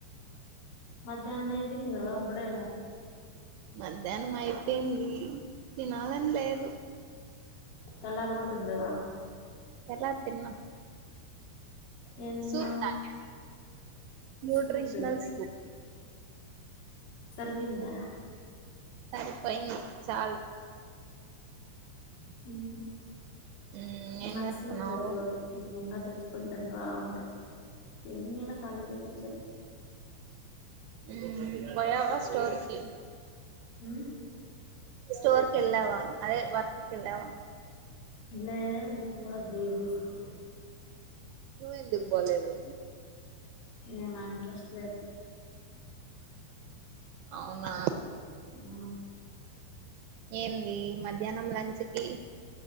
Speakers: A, on the left (about 85°); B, on the right (about 85°).
A: మధ్యాహనమ్ అయిపొయింది కదా అప్పుడే
B: మధ్యాహ్నం అయిపోయింది తినాలని లేదు
A: తెల్లారి కూడ తినలేదా
B: తెల్లారి తిన్న
A: ఏం తిన్నావు
B: సూప్ తాగా న్యూట్రిషనల్
A: సూప్
B: సూప్
A: సరి పోయిందా
B: సరిపోయింది చాలు
A: హు హమ్
B: మ్మ్ ఏం
A: నాకు
B: చేస్తున్నావు
A: సూప్ సరి పోదు తెచ్చుకొని తింటా వుంటా ఏం చేయాల ఖాళీగా ఉండి
B: ఉం పోయావా స్టోర్ కి
A: ఉమ్,
B: స్టోర్ కి ఎల్లావా అదే వర్క్ కి వెళ్ళా వా
A: లేదు నేను కూడా లీవ్ తీసుకు
B: నువ్వు ఎందుకు బోలేదు
A: ఏమో నా ఇంట్రెస్ట్ లేదు
B: అవునా
A: ఆ
B: ఏంది మధ్యాహ్నం లంచ్కి